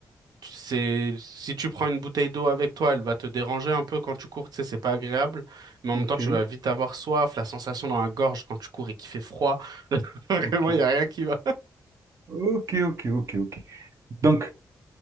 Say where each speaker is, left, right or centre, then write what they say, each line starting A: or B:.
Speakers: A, on the right; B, on the right.
A: c'est, si tu prends une bouteille d'eau avec toi, elle va te déranger un peu quand tu cours, tu sais, c'est pas agréable, mais en
B: ok,
A: même temps, tu vas vite avoir soif, la sensation dans la gorge quand tu cours et qu'il fait froid. <laughs> Vraiment,
B: ok,
A: il y a rien qui va.
B: ok, ok, ok, ok. Donc,